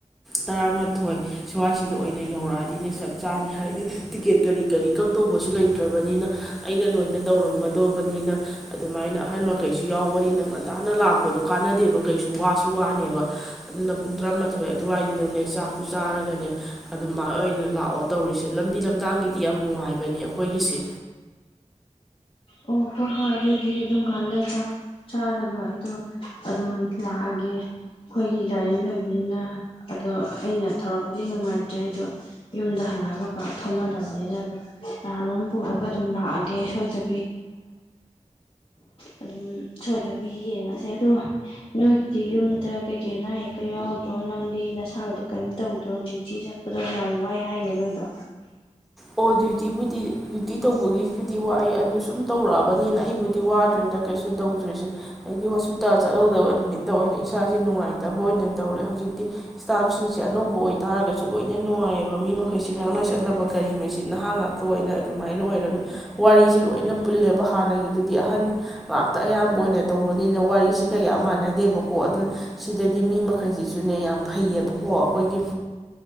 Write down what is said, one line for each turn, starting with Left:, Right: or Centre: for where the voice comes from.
Centre: ꯇꯔꯥꯃꯥꯊꯣꯏ ꯁ꯭ꯋꯥꯏꯁꯤꯗ ꯑꯣꯏꯅ ꯌꯧꯔꯛꯑꯗꯤꯅꯦ ꯆꯞ ꯆꯥꯅꯤ ꯍꯥꯏꯗꯤ ꯇꯤꯀꯦꯠ ꯀꯔꯤ ꯀꯔꯤ ꯀꯛꯛꯇꯧꯕꯁꯨ ꯂꯩꯇ꯭ꯔꯕꯅꯤꯅ ꯑꯩꯅ ꯂꯣꯏꯅ ꯇꯧꯔꯝꯃꯗꯧꯕꯅꯤꯅ ꯑꯗꯨꯃꯥꯏꯅ ꯑꯍꯟ ꯃꯈꯩꯁꯨ ꯁꯨ ꯌꯥꯎꯕꯅꯤꯅ ꯉꯟꯇꯥꯅ ꯂꯥꯛꯄꯗꯣ ꯀꯥꯟꯅꯗꯦꯕ ꯀꯩꯁꯨ ꯋꯥꯁꯨ ꯋꯥꯅꯦꯕ ꯑꯗꯨꯅ ꯄꯨꯡ ꯇꯔꯥꯃꯥꯊꯣꯏ ꯑꯗꯨꯋꯥꯏꯗꯨꯗꯅꯦ ꯆꯥꯛꯁꯨ ꯆꯥꯔꯒꯅꯦ ꯑꯗꯨꯃꯥꯏ ꯑꯣꯏꯅ ꯂꯥꯛꯑꯣ ꯇꯧꯔꯤꯁꯦ ꯂꯝꯕꯤ ꯂꯝꯗꯥꯡꯒꯤꯗꯤ ꯌꯥꯝ ꯅꯨꯡꯉꯥꯏꯕꯅꯦ ꯑꯩꯈꯣꯏꯒꯤꯁꯦ
Left: ꯑꯣ ꯍꯣꯏ ꯍꯣꯏ ꯑꯗꯨꯗꯤ ꯑꯗꯨꯝꯀꯥꯟꯗꯥ ꯆꯥꯛ ꯆꯥꯔꯒ ꯑꯩꯗꯣ ꯑꯗꯨꯝ ꯂꯥꯛꯑꯒꯦ ꯑꯩꯈꯣꯏꯒꯤ ꯒꯥꯔꯤ ꯂꯩꯕꯅꯤꯅ ꯑꯗꯣ ꯑꯩꯅ ꯊꯧꯔꯕꯗꯤ ꯅꯨꯡꯉꯥꯏꯇ꯭ꯔꯦ ꯑꯩꯗꯣ ꯌꯨꯝꯗ ꯍꯜꯂꯛꯑꯒ ꯄꯥꯛ ꯊꯧꯅꯗꯔꯕꯅꯤꯅ ꯑꯗꯣ ꯀꯅꯥꯅꯣꯝ ꯄꯨꯔꯒ ꯑꯗꯨꯝ ꯂꯥꯛꯑꯒꯦ ꯁꯣꯏꯗ ꯑꯗꯨꯝ ꯁꯣꯏꯗꯕꯤ ꯌꯦꯡꯉꯥꯁꯦ ꯑꯗꯣ ꯅꯣꯏꯒꯤꯗꯤ ꯌꯨꯝꯗ ꯀꯩꯀꯩ ꯑꯅꯥ ꯑꯌꯦꯛꯀ ꯌꯥꯎꯗ꯭ꯔꯣ ꯅꯪꯗꯤ ꯅꯁꯥꯒꯗꯣ ꯀꯔꯤꯝ ꯇꯧꯗ꯭ꯔꯣ ꯗ꯭ꯌꯨꯇꯤ ꯆꯠꯄꯗꯣ ꯌꯥꯝ ꯋꯥꯏ ꯍꯥꯏꯅꯦ ꯅꯣꯏꯗꯣ
Centre: ꯑꯣ ꯗ꯭ꯌꯨꯇꯤꯕꯨꯗꯤ ꯗ꯭ꯌꯨꯇꯤ ꯇꯧꯕꯒꯤꯕꯨꯗꯤ ꯋꯥꯌꯦ ꯑꯗꯨ ꯁꯨꯝ ꯇꯧꯔꯛꯑꯕꯅꯤꯅ ꯑꯩꯕꯨꯗꯤ ꯋꯥꯗ꯭ꯔꯦꯗ ꯀꯩꯁꯨ ꯇꯧꯗ꯭ꯔꯤꯁꯦ ꯑꯩꯗꯤ ꯍꯣꯁꯄꯤꯇꯥꯜ ꯆꯠꯍꯧꯗꯕ ꯅꯨꯃꯤꯠꯇ ꯑꯣꯏꯅ ꯏꯁꯥꯁꯦ ꯅꯨꯡꯉꯥꯏꯇꯕ ꯑꯣꯏꯅ ꯇꯧꯔꯦ ꯍꯧꯖꯤꯛꯇꯤ ꯁꯇꯥꯐꯁꯤꯡꯁꯦ ꯑꯅꯧꯕ ꯑꯣꯏꯇꯥꯥꯔꯒꯁꯨ ꯂꯣꯏꯅ ꯅꯨꯡꯉꯥꯏꯌꯦꯕ ꯃꯤ ꯃꯈꯩꯁꯦ ꯉꯥꯡꯅ ꯁꯛꯅꯕꯒ ꯀꯔꯤꯃꯩꯁꯤꯠ ꯅꯍꯪꯉꯛꯇ꯭ꯔꯣꯅ ꯑꯣꯏꯅ ꯑꯗꯨꯃꯥꯏꯅ ꯑꯣꯏꯔꯒ ꯋꯥꯔꯤꯁꯤ ꯂꯣꯏꯅ ꯄꯨꯜꯂꯦꯕ ꯍꯥꯟꯅꯒꯤꯗꯨꯗꯤ ꯑꯍꯟ ꯉꯥꯛꯇ ꯑꯌꯥꯝꯕ ꯑꯣꯏꯅ ꯇꯧꯕꯅꯤꯅ ꯋꯥꯔꯤꯁꯤ ꯀꯌꯥ ꯃꯥꯟꯅꯗꯦꯕꯀꯣ ꯑꯗꯨꯅ ꯁꯤꯗꯗꯤ ꯃꯤ ꯃꯈꯩꯁꯤꯁꯨꯅꯦ ꯌꯥꯝ ꯐꯩꯌꯦꯕꯀꯣ ꯑꯩꯈꯣꯏꯒꯤ